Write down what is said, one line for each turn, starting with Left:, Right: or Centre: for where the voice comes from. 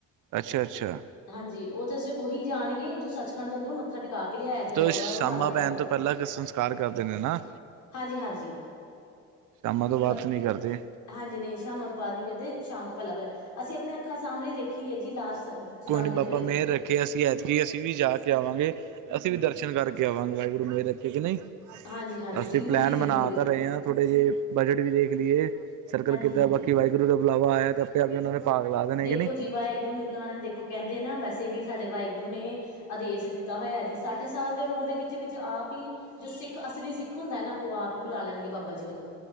Right: ਅੱਛਾ-ਅੱਛਾ।
Left: ਹਾਂਜੀ, ਉਥੇ ਸਿਰਫ ਉਹੀ ਜਾਣਗੇ ਜੋ ਸੱਚ-ਖੰਡ ਦੇ ਅੰਦਰੋਂ, ਮੱਥਾ ਟਕਾ ਕੇ ਲਿਆਇਆ ਜਾਏਗਾ,
Right: ਤੇ ਸ਼ਾਮਾਂ
Left: ਰੁਮਾਲਾ ਸਾਹਿਬ
Right: ਪੈਣ
Left: ਪਾ
Right: ਤੋਂ
Left: ਕੇ,
Right: ਪਹਿਲਾਂ ਸੰਸਕਾਰ ਕਰਦੇ ਨੇ ਨਾ
Left: ਹਾਂਜੀ-ਹਾਂਜੀ।
Right: ਸ਼ਾਮਾਂ ਤੋਂ ਬਾਅਦ
Left: ਮ
Right: ਤੇ ਨੀ ਕਰਦੇ।
Left: ਹਾਂਜੀ, ਨਹੀਂ ਸ਼ਾਮਾਂ ਤੋਂ ਬਾਅਦ ਨੀ ਕਰਦੇ ਸ਼ਾਮ ਤੋਂ ਪਹਿਲਾਂ ਪਹਿਲਾਂ ਅਸੀਂ ਆਪਣੇ ਅੱਖਾਂ ਸਾਹਮਣੇ ਦੇੇਖੀ ਆ ਜੀ ਲਾਸ਼। ਜਲਾਂਦੇ
Right: ਕੋਈ ਨੀ ਬਾਬਾ
Left: ਹੋਏ
Right: ਮੇਹਰ
Left: ਜੀ।
Right: ਰੱ ਖੇ ਕਿ ਅਸੀਂ ਐਤਕੀ ਅਸੀਂ ਵੀ ਜਾ ਕੇ ਆਵਾਂਗੇ, ਅਸੀਂ ਵੀ ਦਰਸ਼ਨ ਕਰਕੇ ਆਵਾਂਗੇ ਵਾਹਿਗੁਰੂ ਮੇਹਰ ਰੱਖੀ ਕੇ ਨਹੀਂ।
Left: ਹਾਂਜੀ-ਹਾਂਜੀ
Right: ਅਸੀਂ
Left: ਜ਼ਰੂਰ
Right: ਪਲੈਨ
Left: ਜੀ
Right: ਬਣਾ
Left: ਜ਼ਰੂਰ
Right: ਤਾਂ ਰਹੇ ਆ ਥੋੜੇ ਜੇ। ਬਜਟ ਵੀ ਦੇਖ ਲਈਏ ਸਰਕਲ
Left: ਹਾਂਜੀ-ਹਾਂਜੀ।
Right: ਕਿੱਦਾ ਬਾਕੀ ਵਾਹਿਗੁਰੂ ਦਾ ਬੁਲਾਵਾ ਆਇਆ ਤੇ ਆਪੇ ਆਪ ਉਹ ਨੇ ਭਾਗ ਲਾ ਦੇਣੇ
Left: ਦੇਖੋ
Right: ਕਿ ਨਹੀਂ
Left: ਜੀ ਵਾਹਿਗੁਰੂ ਨੇ ਬੁਲਾਣਾ ਦੇਖੋ ਕਹਿੰਦੇ ਨਾ ਵੈਸੇ ਵੀ ਸਾਡੇ ਵਾਹਿਗੁਰੂ ਨੇ। ਆਦੇਸ਼ ਦਿੱਤਾ ਹੋਇਆ ਜੀ ਸੱਠ ਸਾਲ ਦੀ ਉਮਰ ਦੇ ਵਿੱਚ-ਵਿੱਚ ਆਪ। ਪੀ ਜੋ ਸਿੱਖ ਅਸਲੀ ਸਿੱਖ ਹੁੰਦਾ ਨਾ ਉਹ ਆਪ ਹੀ ਬੁਲਾ ਲੈਣਗੇ ਬਾਬਾ ਜੀ ਉਹਨੂੰ